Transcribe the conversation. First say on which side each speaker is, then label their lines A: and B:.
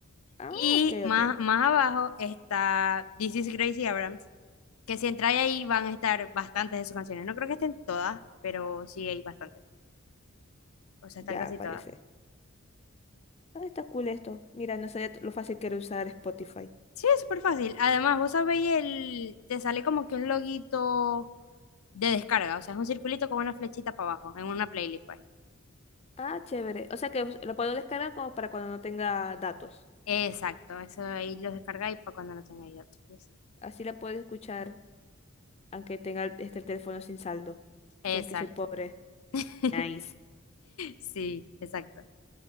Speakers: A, on the left; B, on the left.
A: Ah,
B: Y
A: ok,
B: más,
A: ok.
B: más abajo está This is Gracie Abrams, que si entráis ahí van a estar bastantes de sus canciones. No creo que estén todas, pero sí hay bastantes. O sea,
A: Ya
B: están casi
A: aparece.
B: todas.
A: Ah, está cool esto. Mira, no sé lo fácil que era usar Spotify.
B: Sí, es súper fácil. Además, vos sabéis, el, te sale como que un loguito de descarga. O sea, es un circulito con una flechita para abajo, en una playlist, pues.
A: Ah, chévere. O sea que us- lo puedo descargar como para cuando no tenga datos.
B: Exacto, eso ahí lo descargáis para cuando no tengáis otro. y así.
A: Así la puedo escuchar, aunque tenga el- este, el teléfono sin saldo. Tú
B: Exacto.
A: sabes que soy pobre.
B: <laughs>
A: Nice.
B: Sí, exacto.